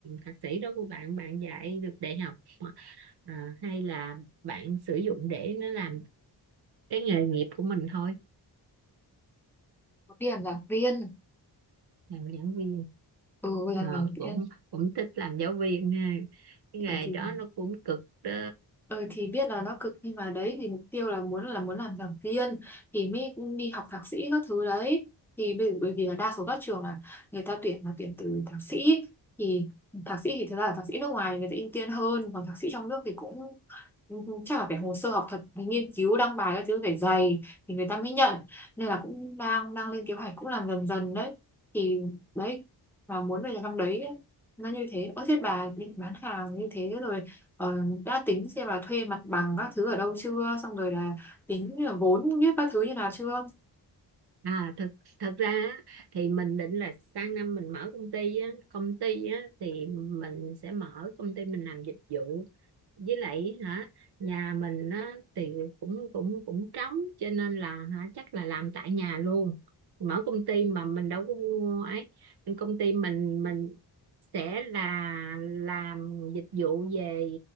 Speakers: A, on the right; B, in the centre.
A: thạc sĩ đó của bạn bạn dạy được đại học à, hay là bạn sử dụng để nó làm cái nghề nghiệp của mình thôi
B: đi làm giảng viên,
A: làm giảng viên
B: ừ làm
A: Ờ,
B: giảng
A: cũng
B: viên
A: cũng thích làm giáo viên ha cái nghề
B: ừ, thì
A: đó nó cũng cực đó
B: Ừ, thì biết là nó cực nhưng mà đấy thì mục tiêu là muốn là muốn làm giảng viên thì mới đi học thạc sĩ các thứ đấy thì bây- bởi vì là đa số các trường là người ta tuyển là tuyển từ thạc sĩ thì thạc sĩ thì thật ra là thạc sĩ nước ngoài người ta ưu tiên hơn còn thạc sĩ trong nước thì cũng cũng chắc là phải hồ sơ học thuật phải nghiên cứu đăng bài các thứ phải dày thì người ta mới nhận nên là cũng đang đang lên kế hoạch cũng làm dần dần đấy thì đấy và muốn về làm trong đấy nó như thế ơ thế bà định bán hàng như thế rồi Ờ, đã tính xem là thuê mặt bằng các thứ ở đâu chưa xong rồi là tính là vốn như các thứ như nào chưa
A: à thật thật ra á, thì mình định là sang năm mình mở công ty á công ty á thì mình sẽ mở công ty mình làm dịch vụ với lại hả nhà mình á thì cũng cũng cũng trống cho nên là hả chắc là làm tại nhà luôn mở công ty mà mình đâu có mua ấy Nhưng công ty mình mình sẽ là làm dịch vụ về